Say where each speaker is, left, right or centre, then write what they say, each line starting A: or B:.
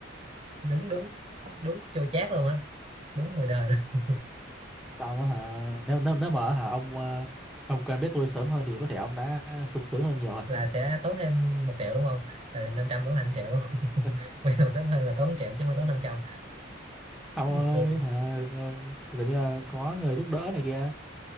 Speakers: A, on the right (about 30°); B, in the centre.
A: đúng đúng đúng chua chát luôn á đúng mùi đời luôn.
B: sao mà hả nếu nếu nếu mà hả ông ờ, ông quen biết tôi sớm hơn thì có thể ông đã sung sướng hơn nhiều rồi
A: là sẽ tốn thêm một triệu đúng không từ 500 tốn thành triệu đúng không <laughs>
B: <laughs>
A: quay đầu sớm hơn là tốn 1 triệu chứ không phải tốn 500
B: ông ơi
A: tôi
B: hả ờ, kiểu như là có người giúp đỡ này kia